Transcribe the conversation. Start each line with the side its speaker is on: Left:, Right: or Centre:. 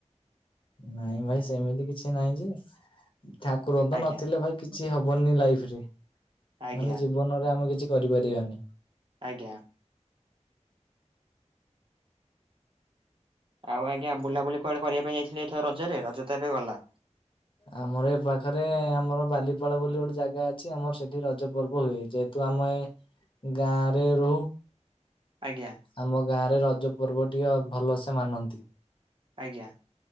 Left: ନାଇଁ ଭାଇ ସେମିତି କିଛି ନାହିଁ ଯେ ଠାକୁର ତ
Right: ଆଜ୍ଞା
Left: ନଥିଲେ ଭାଇ କିଛି କିଛି ହବନି ଲାଇଫି ରେ
Right: ଆଜ୍ଞା
Left: ମାନେ ଜୀବନରେ ଆମେ କିଛି କରିପାରିବାନି।
Right: ଆଜ୍ଞା। ଆଉ ଆଜ୍ଞା ବୁଲାବୁଲି କୁଆଡ଼େ କରିବା ପାଇଁ ଯାଇଥିଲେ ଏଥର ରଜରେ ରଜ ତ ଏବେ ଗଲା?
Left: ଆମର ଏ ପାଖରେ ଆମର ବାଲିପାଳ ବୋଲି ଗୋଟେ ଜାଗା ଅଛି ଆମର ସେଠି ରଜ ପର୍ବ ହୁଏ ଯେହେତୁ ତୁ ଆମେ ଗାଁରେ ରହୁ
Right: ଆଜ୍ଞା।
Left: ଆମ ଗାଁ ରେ ରଜ ପର୍ବ ଟିକେ ଭଲସେ ମାନନ୍ତି।
Right: ଆଜ୍ଞା।